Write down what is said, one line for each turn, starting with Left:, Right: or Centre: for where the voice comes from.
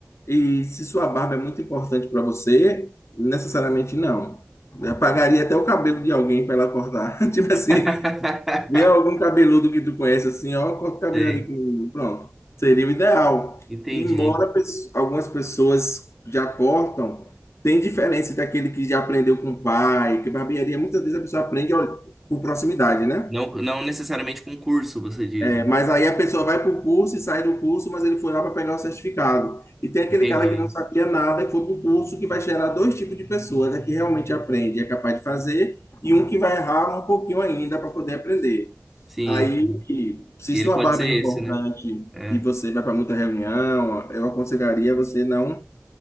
Left: E se sua barba é muito importante para você, necessariamente não. Eu pagaria até o cabelo de alguém para ela cortar. <laughs> Tipo
Centre: <laughs>
Left: assim, Vê algum cabeludo que tu conhece assim, ó, corta o cabelo
Centre: Sei.
Left: ali comigo. Pronto. Seria o ideal.
Centre: Entendi.
Left: Embora pes- algumas pessoas já cortam, tem diferença daquele que já aprendeu com o pai, que barbearia, muitas vezes a pessoa aprende ó, por proximidade, né?
Centre: Não, não necessariamente concurso, você diz,
Left: É,
Centre: né?
Left: mas aí a pessoa vai para o curso e sai do curso, mas ele foi lá para pegar o certificado. E tem aquele
Centre: Entendi.
Left: cara que não sabia nada e foi para o curso que vai gerar dois tipos de pessoas, é que realmente aprende e é capaz de fazer, e um que vai errar um pouquinho ainda para poder aprender.
Centre: Sim,
Left: Aí,
Centre: sim.
Left: se
Centre: E
Left: sua
Centre: ele pode
Left: barba
Centre: ser
Left: é importante
Centre: esse, né? É,
Left: e você vai para muita reunião, eu aconselharia você não